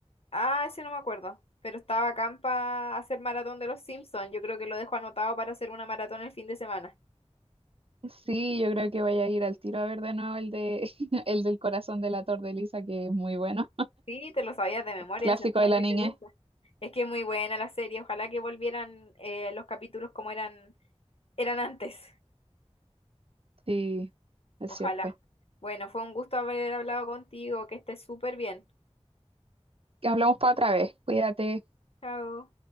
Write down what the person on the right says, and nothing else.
Sí, yo creo que voy a ir al tiro a ver de nuevo el de <laughs> el del corazón de la torre de Lisa, que es muy bueno.
Clásico
de la
niñez.
Sí, es
cierto.
Hablamos para otra vez. Cuídate.